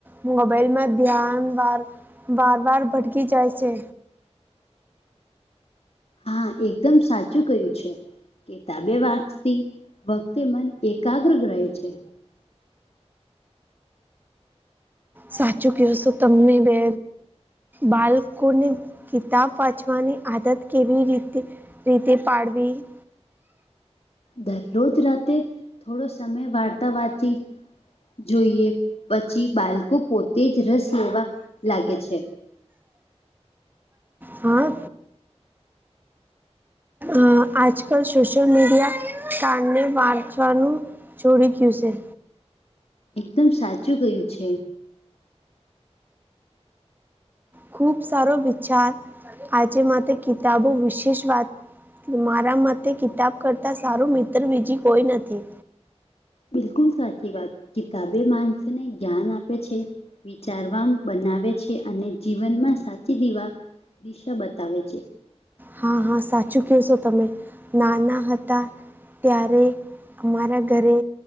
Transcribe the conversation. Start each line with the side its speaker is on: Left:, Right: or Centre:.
Right: મોબાઈલમાં ધ્યાન વાર, વાર, વાર ભટકી જાય છે.
Left: હા એકદમ સાચું કહ્યુ છે. કેતાબે વાંચતી વખતે મન એકાગ્ર રહે છે.
Right: સાચુ કહશો તમને મે બાલકોને કિતાબ વાંચવાની આદત કેવી રીતે રીતે પાડવી.
Left: દરરોજ રાતે થોડો સમય વાર્તા વાંચી જોઈએ પછી બાલકો પોતે જ રસ લેવા લાગે છે.
Right: હા. અ આજકલ સોશલ મીડિયા કારણે વાંચવાનું છોડી ગયુ છે.
Left: એકદમ સાચું કયું છે.
Right: ખુબ સારો વિચાર આજે માટે કિતાબો વિશેષ વાત મારા મતે કિતાબ કરતા સારું મિત્ર બીજી કોઈ નથી.
Left: બિલકુલ સાચી વાત કિતાબે માણસને જ્ઞાન આપે છે. વિચારવામ બનાવે છે, અને જીવનમાં સાચી દીવા દિશા બતાવે છે.
Right: હા હા સાચું કહેશો તમે નાના હતા. ત્યારે અમારા ઘરે